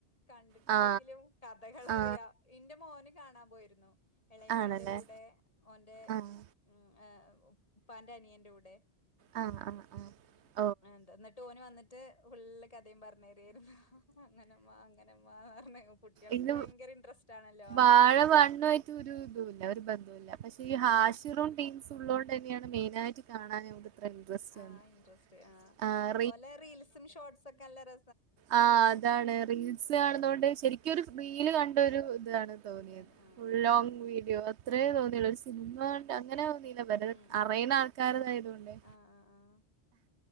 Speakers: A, on the left; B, on the right.
A: കണ്ടിട്ടില്ലെങ്കിലും
B: ആ
A: കഥകളറിയ
B: ആ
A: ഇന്റെ മോന് കാണാൻ പോയിര്ന്നു എളയച്ചന്റെ
B: ആണല്ലേ
A: കൂടെ ഓന്റെ
B: ആ
A: ഉം ഹ് ഉപ്പാന്റെ അനിയന്റെ കൂടെ
B: ആ ആ ആ
A: ന്ത് ന്ന്ട്ട് ഓന് വന്ന്ട്ട് ഫുള്ള് ക ഥയും പർഞ്ഞെരും ഏത് അങ്ങനെമ്മാ ഇങ്ങനെമ്മാർഞ്ഞ് കുട്ട്യേൾക്ക്
B: ഇത്
A: ഭയങ്കര ഇൻട്രസ്റ്റാണല്ലോ
B: വാഴ വണ്ണു ആയിട്ട് ഒരുതുല്ല ഒരു ബന്ധുല്ല പക്ഷെ ഈ
A: ആഹ്
B: ഹാഷിറും ടീംസും ഉള്ളോണ്ട്ന്നെയാണ് മെയിനായിട്ട് കാണാൻ ഇത്ര ഇൻട്രസ്റ്റ്
A: ആ
B: വന്നെ
A: ഇൻട്രസ്റ്റ് ആ
B: ആഹ്
A: ഓലെ റീൽസും ഷോർട്സൊക്കെ നല്ല ര
B: ആ അതാണ് റീൽസ് കാണ്ന്നാേണ്ട് ശരിക്കൊരു റീല് കണ്ടൊരു താണ് തോന്നിയത്
A: ഫീലാണ് ആഹ്
B: ഫുൾ
A: ആഹ്
B: ലോങ് വീഡിയോ അത്രയേ തോന്നിയൊള്ളു ഒരു സിനിമണ്ട് അങ്ങന <unintelligible>
A: ഉം ഉം
B: അറിയ്ണ
A: ഉം
B: ആൾക്കാര്തായതൊണ്ടേ
A: ആഹ് ആഹ്